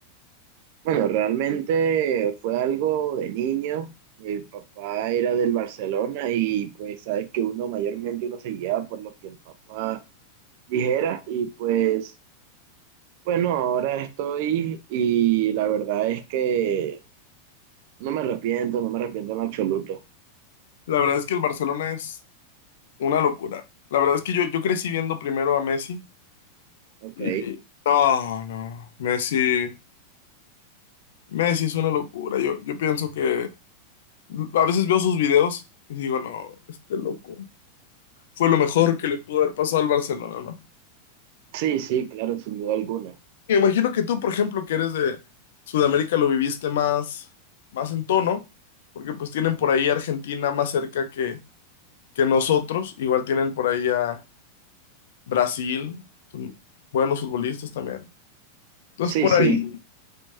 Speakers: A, on the right; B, on the left.
A: Bueno, realmente fue algo de niño. Mi papá era del Barcelona y pues sabes que uno mayormente uno se guiaba por lo que el papá dijera y pues bueno, ahora estoy y la verdad es que no me arrepiento, no me arrepiento en absoluto.
B: La verdad es que el Barcelona es una locura. La verdad es que yo, yo crecí viendo primero a Messi
A: Ok.
B: y no, no, Messi, Messi es una locura. Yo, yo pienso que a veces veo sus videos y digo, no, este loco. fue lo mejor que le pudo haber pasado al Barcelona, ¿no?
A: Sí, sí, claro, sin duda alguna.
B: Me imagino que tú, por ejemplo, que eres de Sudamérica, lo viviste más, más en tono, porque pues tienen por ahí a Argentina más cerca que, que nosotros, igual tienen por ahí a Brasil, son buenos futbolistas también. Entonces
A: Sí,
B: por
A: sí,
B: ahí,